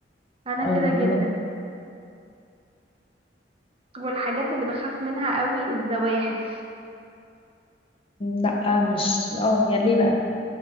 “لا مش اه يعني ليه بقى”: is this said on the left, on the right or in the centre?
Left